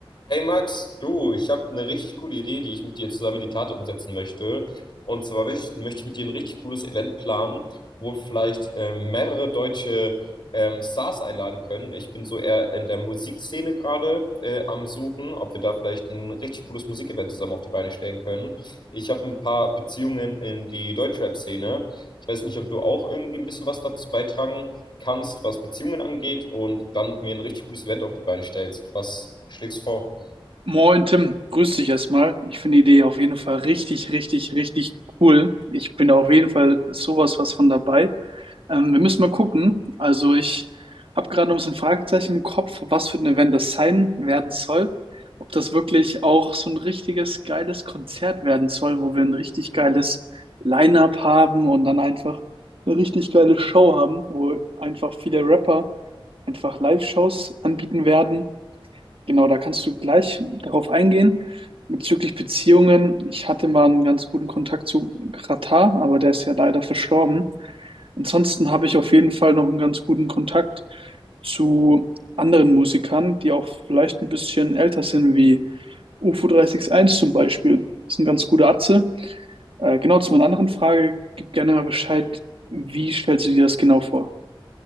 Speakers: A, on the left; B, on the right.
A: Hey Max, du, ich habe eine richtig coole Idee, die ich mit dir zusammen in die Tat umsetzen möchte. Und zwar möchte, möchte ich mit dir ein richtig cooles Event planen, wo wir vielleicht ähm, mehrere deutsche ähm, Stars einladen können. Ich bin so eher in der Musikszene gerade äh, am Suchen, ob wir da vielleicht ein richtig cooles Musikevent zusammen auf die Beine stellen können. Ich habe ein paar Beziehungen in die Deutschrap-Szene. Ich weiß nicht, ob du auch irgendwie ein bisschen was dazu beitragen kannst, was Beziehungen angeht, und dann mir ein richtig cooles Event auf die Beine stellst. Was schlägst du vor?
B: Moin Tim, grüß dich erstmal. Ich finde die Idee auf jeden Fall richtig, richtig, richtig cool. Ich bin auf jeden Fall sowas was von dabei. Ähm, wir müssen mal gucken. Also ich habe gerade noch ein bisschen Fragezeichen im Kopf, was für ein Event das sein werden soll. Ob das wirklich auch so ein richtiges geiles Konzert werden soll, wo wir ein richtig geiles Line-up haben und dann einfach eine richtig geile Show haben, wo einfach viele Rapper einfach Live-Shows anbieten werden Genau, da kannst du gleich darauf eingehen. Bezüglich Beziehungen, ich hatte mal einen ganz guten Kontakt zu Katar, aber der ist ja leider verstorben. Ansonsten habe ich auf jeden Fall noch einen ganz guten Kontakt zu anderen Musikern, die auch vielleicht ein bisschen älter sind, wie UFO 361 zum Beispiel. Das ist ein ganz guter Atze. Äh, genau zu meiner anderen Frage, gib gerne mal Bescheid, wie stellst du dir das genau vor?